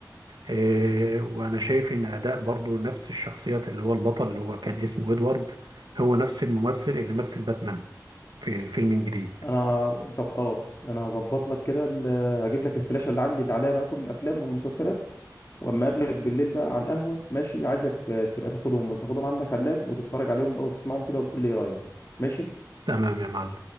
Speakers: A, on the right; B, on the left.
A: آه، وانا شايف ان اداء برضو نفس الشخصيات اللي هو البطل اللي هو كان اسمه ادوارد هو نفس الممثل اللي مثل باتمان في الفيلم الجديد
B: انا طب خلاص انا هظبط لك كده ال- هجيب لك الفلاشه اللي عندي اللي عليها بقى كل الافلام والمسلسلات واما اقابلك بالليل بقى على القهوه ماشي عايزك آه، تبقى تاخدهم وتاخدهم عندك على اللاب وتتفرج عليهم بقى وتسمعهم كده وتقول لي ايه رايك ماشي
A: تمام يا معلم